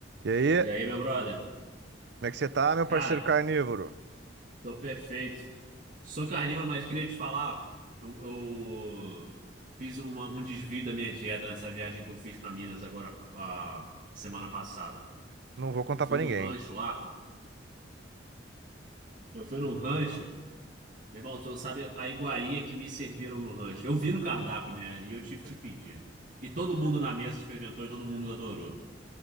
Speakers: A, on the right; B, on the right.
A: E aí,
B: E aí, meu brother?
A: como é que você tá, meu
B: Cara,
A: parceiro carnívoro?
B: tô perfeito. Sou carnívoro, mas queria te falar, eu, eu fiz uma- um desvio da minha dieta nessa viagem que eu fiz pra Minas agora, a semana passada.
A: Não vou contar
B: Eu fui
A: pra
B: num
A: ninguém.
B: rancho lá, eu fui num rancho, meu irmão, tu não sabe a iguaria que me serviram no rancho. Eu vi no cardápio, né? E eu tive que pedir. E todo mundo na mesa experimentou e todo mundo adorou.